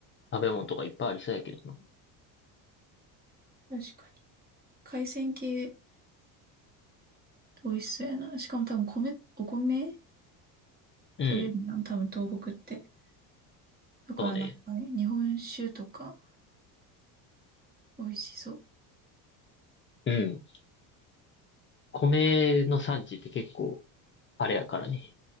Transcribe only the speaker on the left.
食べ物とかいっぱいありそうやけどな。
うん。
そうね。
うん。米の産地って結構、あれやからね。